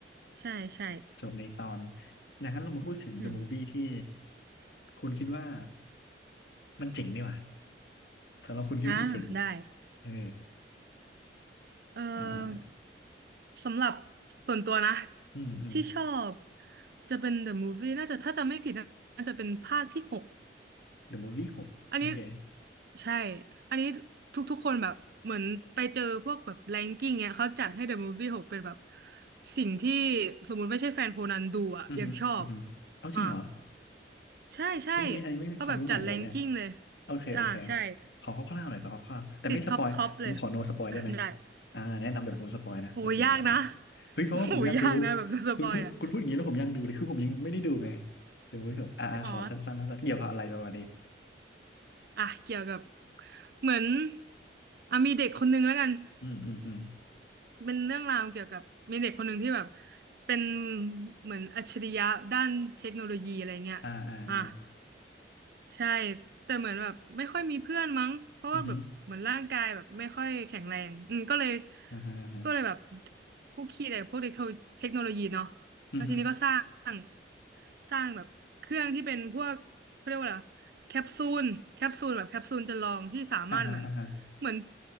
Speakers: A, on the right; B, on the left.
A: ใช่ใช่
B: ๆจบในตอนดังนั้นเรามาพูดถึง
A: อืม
B: The Movie ที่คุณคิดว่ามันเจ๋งดีว่ะสำหรับคุณคิดว่ามันเจ๋ง
A: อ่าได้
B: เออ
A: เออ
B: อ่าอ่าอ่า
A: สำหรับส่วนตัวนะ
B: อืมอืม
A: ที่ชอบจะเป็นเดอะมูฟวี่น่าจะถ้าจำไม่ผิดน่าจะเป็นภาคที่หก
B: The Movie หกโอเค
A: อันนี้ใช่ อันนี้ทุกๆคนแบบเหมือนไปเจอพวกแบบแรงกิ้งเนี้ยเขาจัดให้ The Movie หกเป็นแบบสิ่งที่สมมุติไม่ใช่แฟนโคนันดูอ่ะยังชอบ
B: อือหืออือหือเอาจริงเหรอ
A: อ่าใช่ใช่
B: โอ้ยอันนี้อันนี้ไม่มีความรู้ใหม่เลยเนี่ย
A: เขาแบบจัดแรงกิ้งเลย
B: โอเคโอเค
A: อ่าใช่
B: ขอคร่าวๆหน่อยขอคร่าวๆแต่ไม่สปอยผมขอโนสปอยได้ไหม
A: ติดท็อปท็อปเลยอ่ะได้
B: อ่าแนะนำแบบโนสปอยนะโอเคมามา
A: โอ้ยยากนะ <laughs>
B: เฮ้ยเพราะว่าผมอยากดู
A: โอ้ยยากนะแบบโดนสปอยอ่ะ
B: คุณพูดคุณพูดอย่างนี้แล้วผมอยากดูเลยคือผมยังไม่ได้ดูไงเดี๋ยวไว้เถอะอ่าอ่าขอสั้นๆสั้นๆเกี่ยวกับอะไรประมาณนี้
A: อ๋ออ่ะเกี่ยวกับเหมือนอ่ะมีเด็กคนนึงแล้วกัน
B: อืมอืมอืม
A: เป็นเรื่องราวเกี่ยวกับมีเด็กคนหนึ่งที่แบบเป็นเหมือนอัจฉริยะด้านเทคโนโลยีอะไรเงี้ยอ่ะ
B: อ่าอ่าอ่า
A: ใช่แต่เหมือนแบบไม่ค่อยมีเพื่อนมั้งเพราะว่าแบบเหมือนร่างกายแบบไม่ค่อยแข็งแรงอืมก็เลย
B: อือฮึอ่าฮะอ่าฮะ
A: ก็เลยแบบคุกคีแต่พวกเทคโนเทคโนโลยีเนาะ
B: อือฮึ
A: แล้วทีนี้ก็สร้างสร้างแบบเครื่องที่เป็นพวกเขาเรียกว่าอะไรแคปซูลแคปซูลแบบแคปซูลจำลองที่สามารถเหมือน
B: อ่าฮะอ่าฮะ
A: เหมือน